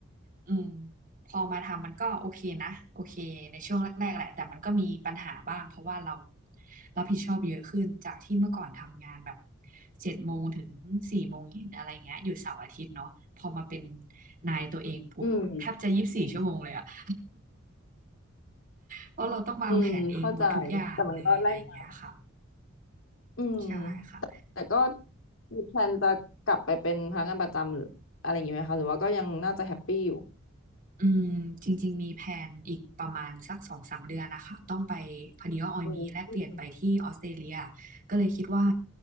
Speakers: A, on the right; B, on the left.
A: อืมพอมาทำมันก็โอเคนะโอเคในช่วงแรกๆแหละแต่มันก็มีปัญหาบ้างเพราะว่าเรารับผิดชอบเยอะขึ้นจากที่เมื่อก่อนทำงานแบบเจ็ดโมงถึงสี่โมงเย็นอะไรเงี้ยอยู่เสาร์อาทิตย์เนาะพอมาเป็นนายตัวเองปุ๊บแทบจะยี่สิบสี่ชั่วโมงเลยอะ
B: อืม
A: <laughs> เพราะเราต้องวางแผนเองหมดทุกอย่างเลยอะไรอย่างเงี้ยค่ะ
B: อืมเข้าใจ แต่มันก็แลกมาอืม
A: ใช่ค่ะ
B: แต่ก็มีแพลนจะกลับไปเป็นพนักงานประจำหรืออะไรอย่างงี้ไหมคะ หรือว่าก็ยังน่าจะแฮปปี้อยู่
A: อืมจริงๆ มีแผนอีกประมาณสักสองสามเดือนนะคะ ต้องไปพอดีว่าออยมีแลกเปลี่ยนไปที่ออสเตรเลีย
B: อืมอืม
A: ก็เลยคิดว่า